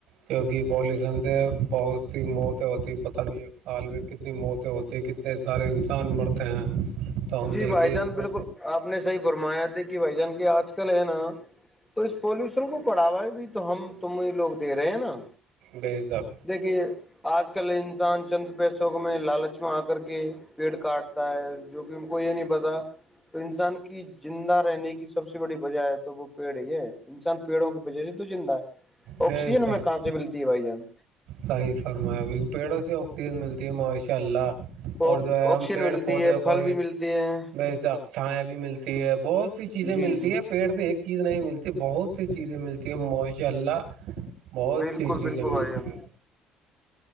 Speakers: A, on the right; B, in the centre.
A: کیوںکہ پالشن سے بہت سی موت ہوتی پتہ نہیں سال میں کتنی موتیں ہوتی ہے کتنے سارے انسان مرتے ہیں تو ہم
B: جی
A: دیکھیے
B: بھائی جان
A: اس کو
B: بالکل آپ نے صحیح فرمایا تھے کہ بھائی جان کہ آج کل ہے نا تو اس پولوشن کو بڑھاوا ہے بھی تو ہم تم یہ لوگ دے رہے ہیں نا
A: بیزاب
B: دیکھیے آج کل انسان چند پیسوک میں لالچ میں آ کر کے پیٹ کاٹتا ہے جو کہ ان کو یہ نہیں پتا تو انسان کی زندہ رہنے کی سب سے بڑی وجہ ہے تو وہ پیڑ یہ انسان پیڑوں کی وجہ سے تو زندہ ہے
A: بے
B: آکسیجن
A: شک
B: میں کہاں سے ملتی ہے بھائی جان
A: صحیح فرمایا ب پیڑوں سے آکسیجن ملتی ہے ماشاء اللہ
B: آکسیجن
A: اور جو ہے ہم پیڑ
B: ملتی
A: پودے
B: ہے
A: کو
B: پھل
A: ہی
B: بھی ملتے ہیں
A: بھیچ سکتے سھائیایں بھی ملتی ہے بہت سی چیزیں
B: جی
A: ملتی
B: جی
A: ہے پیڑ سے ایک چیز نہیں ملتی بہت سی چیزیں ملتی ہیں ماشاء اللہ بہت
B: بالکل
A: سی چیزیں
B: بالکل
A: ملتی
B: بھائی جان
A: ہیں